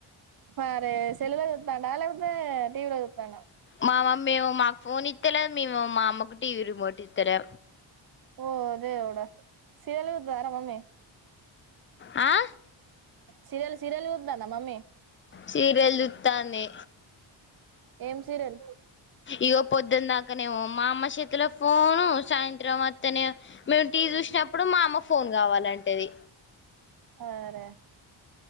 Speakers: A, on the right; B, on the left.
A: అరే సెల్ లో చూస్తాడా లేలాపోతే టీవలోచుటండ
B: మా మమ్మీ ఏమో మాకు ఫోన్ ఇస్తలే మేము మా అమ్మకు టీవీ రిమోట్ ఇస్తలే
A: ఓ దేవుడా సలుగుద్ అర మమ్మీ
B: ఆ
A: సీరియల్ సీరియల్ చూస్తుందా మమ్మీ
B: సీరిల్ చూస్తుండి
A: ఏం సీరియల్
B: ఇగ పొద్దున దాకానే మా అమ్మ చేతిలో ఫోను సాయంత్రం అత్తనే మేము టీవీ చూసినప్పుడు మా అమ్మ ఫోన్ కావాలంటేది
A: ఆరే